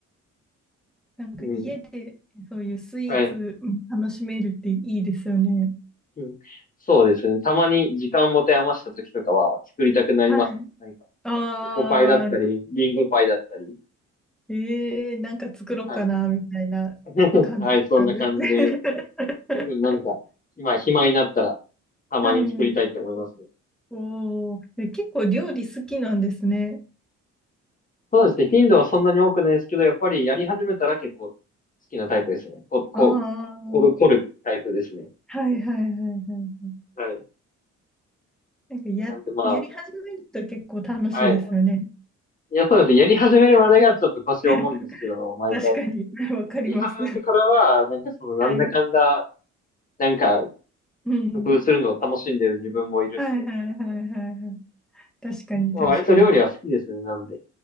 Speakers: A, in the centre; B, on the left.
A: なんか家でそういうスイーツ楽しめるっていいですよね。
B: うん。はい。うん。そうですね。たまに時間持て余した時とかは作りたくなりますね。
A: はい。
B: 何か、
A: ああ、
B: チョコパイだったり、リンゴパイだったり。
A: ええなんか作ろうかな、
B: はい。
A: みたいな感じなんですね。
B: <laughs> はい、そんな感じで、
A: <laughs>
B: なんか、今暇になったら、たまに作りたいと思いますね。
A: はいおお、で結構料理好きなんですね。
B: そうですね。頻度はそんなに多くないですけど、やっぱりやり始めたら結構好きなタイプですね。こ、こ、
A: ああ、
B: こる、凝るタイプですね。
A: はいはいはいはいはい。
B: はい。
A: なんかや、
B: なんでま
A: やり始めると結構楽しいですよね。
B: あ、はい。いや、そうです。やり始めるまでがちょっと腰重いんですけど、
A: <laughs>
B: 毎回。
A: 確かに、
B: や
A: わかります。
B: り始めてからは、なんかその、なんだかんだ、
A: はい。
B: なんか、
A: うん。
B: 工夫するのを楽しんでる自分もいるんで、
A: はいはいはいはいはい。確かに確かに。
B: まあ、割と料理は好きですね。なので。